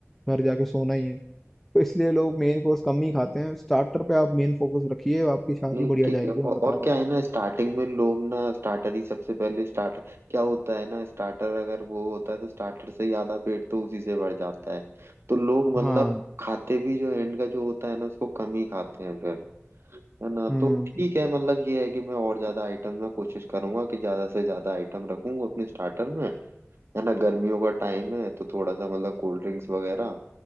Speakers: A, in the centre; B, on the right.
A: घर जाके सोना ही है तो इसलिए लोग मेन कोर्स कम ही खाते हैं स्टार्टर पे आप मेन फोकस रखिए आपकी शादी
B: नहीं
A: बढ़िया
B: ठीक
A: जाएगी
B: है वो-
A: मैं बता
B: और
A: रहा
B: क्या
A: हूँ
B: है ना स्टार्टिंग में लोग ना स्टार्टर ही सबसे पहले स्टार्ट क्या होता है ना स्टार्टर अगर वो होता है तो स्टार्टर से ही आधा पेट तो उसी से भर जाता है तो लोग मतलब
A: हाँ
B: खाते भी जो एंड का जो होता है ना उसको कम ही खाते हैं फिर है ना
A: हम्म
B: तो ठीक है मतलब ये है कि मैं और ज्यादा आइटम में कोशिश करूंगा कि ज्यादा से ज्यादा आइटम रखूं अपने स्टार्टर में है ना गर्मियों का टाइम है तो थोड़ा सा मतलब कोल्ड ड्रिंक्स वगैरह